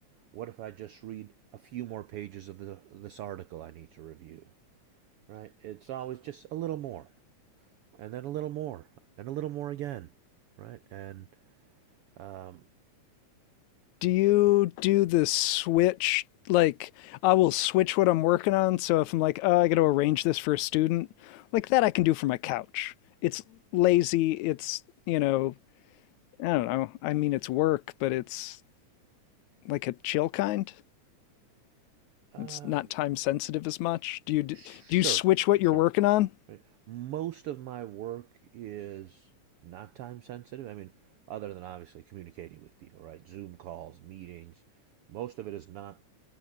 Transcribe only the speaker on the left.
do you do the switch like I will switch what I'm working on. So if I'm like, oh, I got to arrange this for a student, like that I can do from my couch. It's lazy. It's, you know, I don't know. I mean, it's work, but it's, like a chill kind?
It's not time sensitive as much. Do you do
you switch what
you're working on?